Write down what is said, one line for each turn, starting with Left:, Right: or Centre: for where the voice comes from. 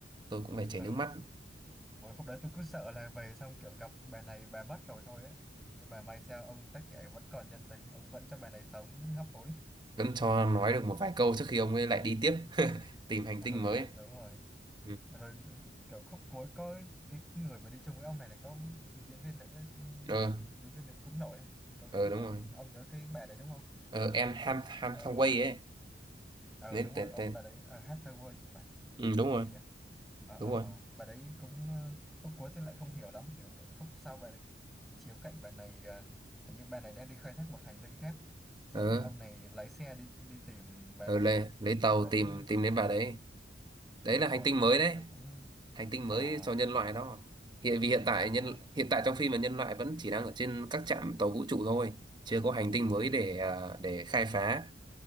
Right: tôi cũng phải chảy
Centre: ừ
Right: nước mắt
Centre: Ủa, khúc đấy tôi cứ sợ là về xong kiểu gặp bà này bà mất rồi thôi á. Nhưng mà may sao ông tác giả vẫn còn nhân tính, ông vẫn cho bà này sống hấp hối.
Right: vẫn cho nói được một vài câu trước khi ông ấy lại đi tiếp
Centre: <laughs>
Right: <laughs> tìm hành
Centre: Ừ,
Right: tinh mới ấy.
Centre: đúng rồi.
Right: ừ.
Centre: Rồi kiểu khúc cuối có cái người mà đi chung với ông này này có cái diễn viên nữ ấy, ừm,
Right: ờ
Centre: diễn viên nữ cũng nổi. ấy. Có
Right: ờ đúng
Centre: ông,
Right: rồi
Centre: ông nhớ cái bà đấy đúng không?
Right: ờ em Ham Ham
Centre: Ờ,
Right: Thangway ấy
Centre: ờ
Right: lấy
Centre: đúng
Right: tên
Centre: rồi, ông
Right: tên
Centre: bà đấy ờ, hát thơ quê thì phải.
Right: ừ, đúng
Centre: cái
Right: rồi
Centre: gì á ờ ờ
Right: đúng rồi
Centre: ờ bà đấy cũng ờ, khúc cuối thì lại không hiểu lắm thì khúc sau bà này chiếu cạnh bà này ờ, hình như bà này đang đi khai thác một hành tinh khác xong
Right: ờ
Centre: cái ông này lái xe đi đi tìm bà
Right: ờ
Centre: này
Right: lấy, lấy tàu
Centre: khúc đấy
Right: tìm tìm đến bà đấy đấy
Centre: ừ, đúng
Right: là
Centre: rồi
Right: hành tinh
Centre: khúc
Right: mới
Centre: đấy
Right: đấy
Centre: thì tôi cũng
Right: hành tinh
Centre: ờ
Right: mới cho nhân loại đó hiện vì hiện tại
Centre: ờ
Right: nhân hiện tại trong phim là nhân loại vẫn chỉ đang ở trên các trạm tàu vũ trụ thôi chưa có hành tinh mới
Centre: ừ
Right: để à, để khai phá